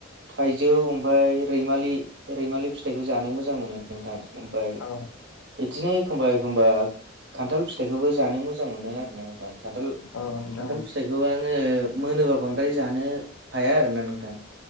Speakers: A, on the right (about 55°); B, on the left (about 90°).
A: थाइजौ थौ ओमफ्राय रैमालि रैमालि फिथाइखौ जानो मोजां मोनो नोंथां ओमफ्राय
B: औ
A: बिदिनो एखमबा एखमबा खान्थाल फिथाइखौबो जानो मोजां मोनो आरोना नोंथां खान्थाल खान्थाल
B: औ नोंथां
A: फिथाइखौ आङो मोनोबा बांद्राय जानो हाया आरोना नोंथाङां